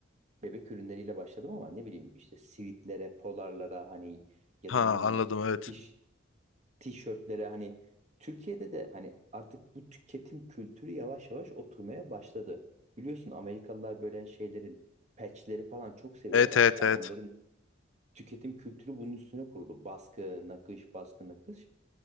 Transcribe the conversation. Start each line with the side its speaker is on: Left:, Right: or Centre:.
Right: bebek ürünleriyle başladım ama ne bileyim işte sivitlere, polarlara hani ya
Left: Ha
Right: da ne bileyim
Left: anladım evet.
Right: tiş, tişörtlere hani Türkiye'de de hani artık bu tüketim kültürü yavaş yavaş oturmaya başladı. Biliyorsun Amerikalılar böyle şeylerin patchleri falan çok seviyorlar
Left: Evet
Right: artık.
Left: evet
Right: Adamların
Left: evet.
Right: tüketim kültürü bunun üstüne kuruldu. Baskı, nakış, baskı, nakış.